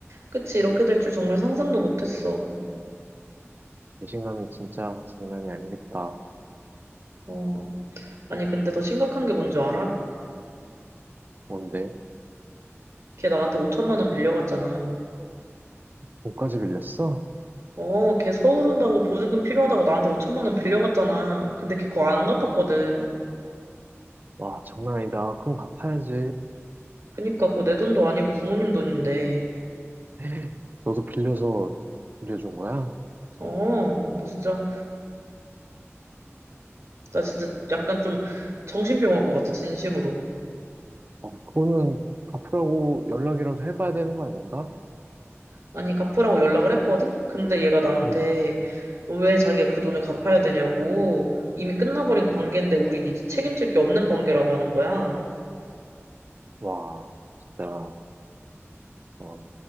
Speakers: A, on the right; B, on the right.
A: 끝이 이렇게 될 줄 정말 상상도 못 했어.
B: 배신감이 진짜 장난이 아니겠다.
A: 어. 아니, 근데 더 심각한 게 뭔 줄 알아?
B: 뭔데?
A: 걔 나한테 5천만 원 빌려갔잖아.
B: 옷까지 빌렸어?
A: 어, 걔 서울 온다고 보증금 필요하다고 나한테 5천만 원 빌려갔잖아. 근데 걔 그거 안 갚았거든.
B: 와, 장난 아니다. 그럼 갚아야지.
A: 그니까 그거 내 돈도 아니고 부모님 돈인데.
B: <laughs> 너도 빌려서 빌려준 거야?
A: 어, 나 진짜, 나 진짜 약간 좀 정신병 올 것 같아, 진심으로.
B: 어, 그거는 갚으라고 연락이라도 해봐야 되는 거 아닌가?
A: 아니, 갚으라고 연락을 했거든? 근데 얘가 나한테
B: 음,
A: 왜 자기가 그 돈을 갚아야 되냐고. 이미 끝나버린 관계인데 우린 이제 책임질 게 없는 관계라고 하는 거야.
B: 와, 진짜, 어,